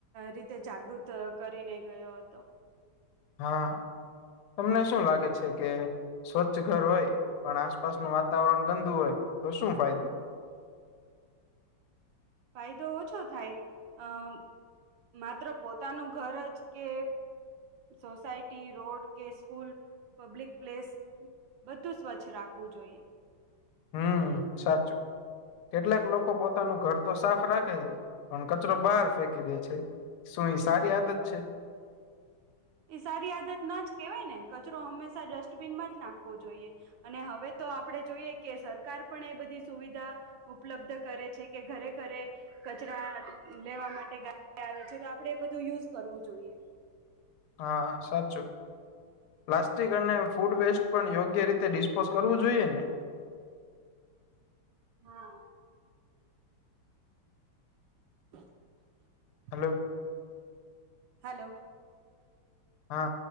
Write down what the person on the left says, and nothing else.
હા તમને શું લાગે છે, કે? સ્વચ્છ ઘર હોય પણ આસપાસ નું વાતાવરણ ગંદુ હોય તો શું ફાયદો?
હમ સાચું કેટલાક લોકો પોતાનું ઘર તો સાફ રાખે છે, પણ કચરો બહાર ફેંકી દે છે. સુુંઈ સારી આયાદત છે.
હા સાચું પ્લાસ્ટિક અને ફૂડ વેસ્ટ પણ યોગ્ય રીતે ડિસ્પોઝ કરવું જોઈએ ને
હાલો.
હા